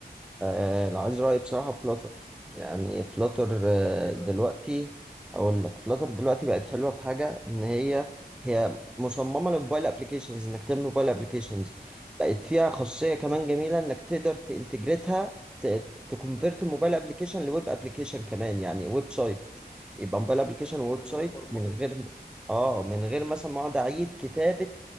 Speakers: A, in the centre; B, on the left.
A: آه لو عايز رايي بصراحه فلاتر يعني فلاتر آه
B: ليه
A: دلوقتي
B: بقى؟
A: هقول لك فلاتر دلوقتي بقت حلوه في حاجه ان هي هي مصممه للموبايل ابلكيشنز انك تعمل موبايل ابلكيشنز بقت فيها خاصيه كمان
B: مم.
A: جميله انك تقدر تنتجريتها ت- تكونفيرت الموبايل ابلكيشن لويب ابلكيشن كمان يعني ويب سايت يبقى موبايل ابلكيشن وويب
B: من
A: سايت
B: غير برمجة
A: من غير اه من غير مثلا ما اقعد اعيد كتابه